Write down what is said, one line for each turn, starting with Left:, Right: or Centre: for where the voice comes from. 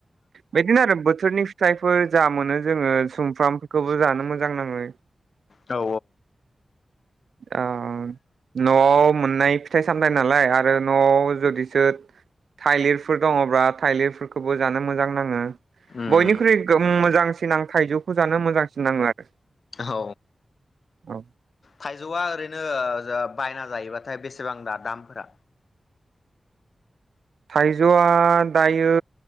Right: बेदिनो आरो बोथोरनि थायफोर जा मोनो जोङो सुमफ्रामखोबो जानो मोजां मोजां नाङो
Left: औ
Right: आम न'आव मोननाय फिथाइ सामथायाइ नालाय आरो न'आव जुदिसो थाइलिरफोर दङब्लाा थाइलिरफोरखौबो जानो मोजां नाङो
Left: उम
Right: बयनिख्रुइ गोममोजां फिनां थाइजौखौ जानो मोजांसिन नाङो आरो
Left: औ
Right: औ
Left: थाइजौआ ओरैनो ओजोब बायना जायोबाथाय बेसेबां दा दामफोरा
Right: थाइजौआ दायो